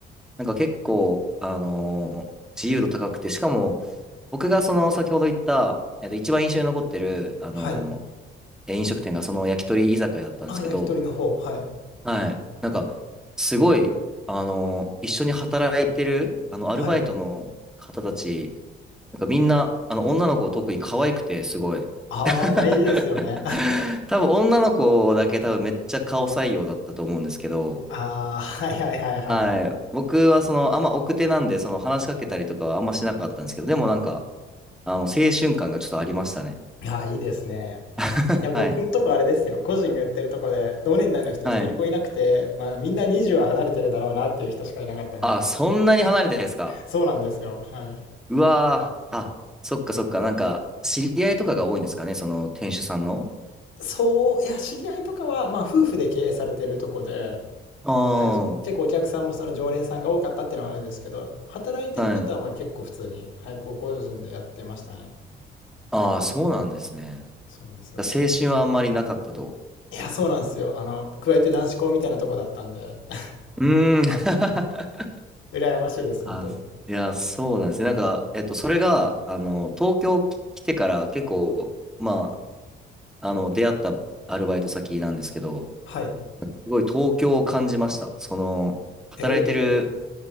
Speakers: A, in the centre; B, on the left.
A: なんか結構、あの自由度高くて、しかも、僕がその、先ほど言った、えっと、一番印象に残ってる、あの
B: はい。
A: え飲食店がその焼き鳥居酒屋だったんですけど、
B: あ、焼き鳥の方。はい。
A: はい。なんか、すごい、あの一緒に働いてる、あの、アルバイトの方たち、
B: はい。
A: なんかみんな、あの、女の子特に可愛くて、すごい。
B: ああ、
A: <laughs>
B: 大事ですよね。<laughs>
A: 多分女の子だけ多分めっちゃ顔採用だったと思うんですけど、
B: ああ、はいはいはいはい。
A: はい。僕はその、あんま奥手なんで、その話しかけたりとかはあんましなかったんですけど、でもなんか、あの、青春感がちょっとありましたね。
B: ああ、いいですね。
A: <laughs>
B: いや、僕んとこあれですよ。
A: はい。
B: 個人がやってるとこで、同年代の人一人もいなくて、
A: はい。
B: まあみんな20は離れてるだろうなっていう人しかいなかったんです。
A: あ、そんなに離れてるんですか
B: そうなんですよ。はい。
A: うわー。あ、そっかそっか。なんか、知り合いとかが多いんですかね、その店主さんの。
B: そう、いや、知り合いとかは、まあ、夫婦で経営されてるとこで、
A: あ
B: はい、結構お客さんもその常連さんが多かったっていうのはあるんですけど、働いてる方はまあ結構普通に、
A: あ、はい。
B: はい、高校人でやってましたね。
A: ああ、そうなんですね。
B: そうなんですよ。
A: 青春はあんまりなかったと。
B: いや、そうなんですよ。あの、加えて男子校みたいなとこだったんで、<laughs>
A: うーん。<laughs>
B: 羨ましいです、
A: あ、
B: 本当に。
A: いや、そうなんですね。なんか、えっと、それが、あの、東京き来てから結構、まあ、あの、出会ったアルバイト先なんですけど、
B: はい。
A: すごい東京を感じました。その、働いてる
B: えー、